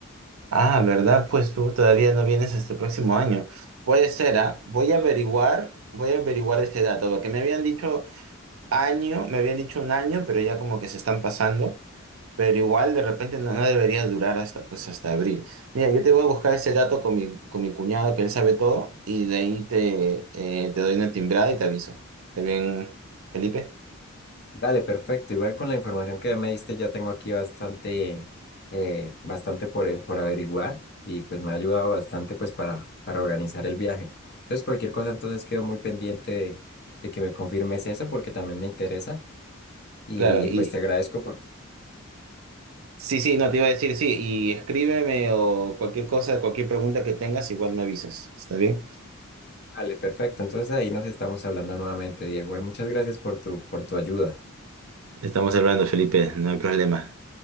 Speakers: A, on the right; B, on the left.
A: Ah, ¿verdad? Pues tú todavía no vienes hasta el próximo año. Puede ser, ¿ah? Voy a averiguar, voy a averiguar ese dato, porque me habían dicho año, me habían dicho un año, pero ya como que se están pasando, pero igual de repente no, no debería durar hasta, pues, hasta abril. Mira, yo te voy a buscar ese dato con mi, con mi cuñado, que él sabe todo, y de ahí te, eh, te doy una timbrada y te aviso. ¿Está bien, Felipe?
B: Dale, perfecto. Igual con la información que ya me diste, ya tengo aquí bastante, eh, bastante por, eh, por averiguar y pues me ha ayudado bastante pues para, para organizar el viaje. Entonces, cualquier cosa, entonces quedo muy pendiente de, de que me confirmes eso porque también me interesa y,
A: Claro, y
B: y, pues te agradezco por tu...
A: Sí, sí, no te iba a decir, sí, y escríbeme o cualquier cosa, cualquier pregunta que tengas, igual me avisas. ¿Está bien?
B: Dale, perfecto. Entonces ahí nos estamos hablando nuevamente, Diego. Muchas gracias por tu, por tu ayuda.
A: Estamos hablando, Felipe, no hay problema.